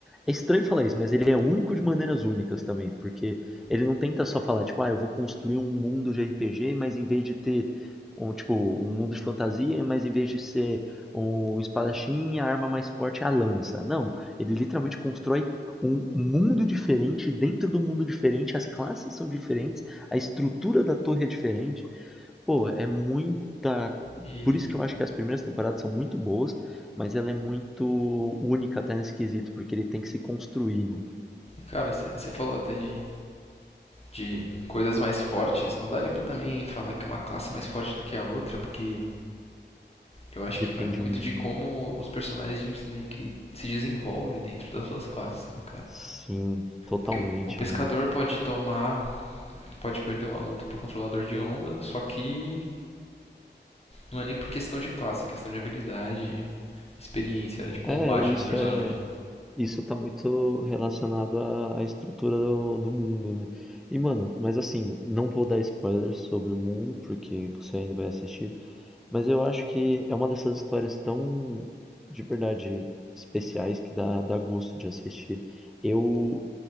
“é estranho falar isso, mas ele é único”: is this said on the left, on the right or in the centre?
Centre